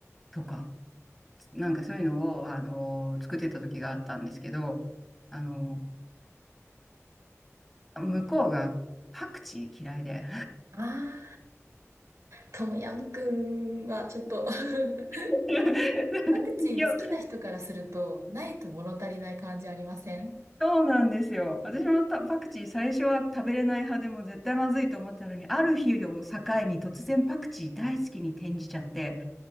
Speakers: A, in the centre; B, on the right.
A: とか、なんかそういうのを、あの、作ってた時があったんですけど、あの、向こうがパクチー嫌いで。
B: ああ、トムヤムくんはちょっと <laughs>
A: <laughs>
B: パクチー好きな人からすると、
A: いや
B: ないと物足りない感じありません
A: そうなんですよ。私もたパクチー最初は食べれない派でも絶対まずいと思ってたのに、ある日を境に突然パクチー大好きに転じちゃって、